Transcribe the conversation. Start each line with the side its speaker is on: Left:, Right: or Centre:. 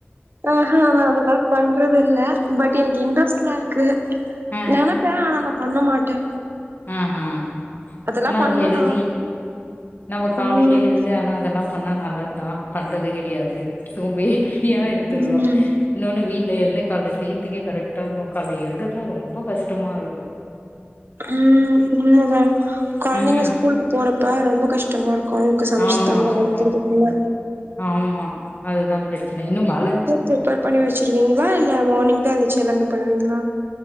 Right: ஆஹா நா அதெல்லா பண்றதில்ல பட் எனக்கு இன்ட்ரெஸ்ட்லா இருக்கு
Left: ஆ
Right: நெனப் ப்ப ஆனா நா பண்ண மாட்டே
Left: ம் ஹம்
Right: அதெல்லா
Left: ஆனா
Right: பண்ணணும்னு
Left: அது ஹெல்தி
Right: ஆ
Left: நம்ம காலைலயே
Right: ம்
Left: எழுந்து ஆனா அதெல்லா பண்ணா நல்லத்தா பண்றதே கிடியாது சூம்பி ஃரியா இருந்துட்றோ
Right: ம்
Left: இன்னொன்னு வீட்ல எழுந்து கால்ல செய்ர்துக்கே கரெக்ட்டாருக்கு கால எழுறதா ரொம்ப கஷ்டமாருக்கு
Right: ம் உண்மதா கொழந்தைங்க
Left: ம் ம்
Right: ஸ்கூலுக்கு போறப்ப ரொம்ப கஷ்டமாருக் அவங்க்கு சமைச்சு
Left: ஆமா
Right: தந்தா
Left: ஆமா
Right: அனுப்றதுகுள்ள
Left: ஆமா அதுதா பிரச்சன இன்னு மழ
Right: பிர்ப்பர் பண்ணி வச்சிருவீங்களா இல்ல மார்னிங் தா எந்துச்சு எல்லாமே பண்ணுவீங்களா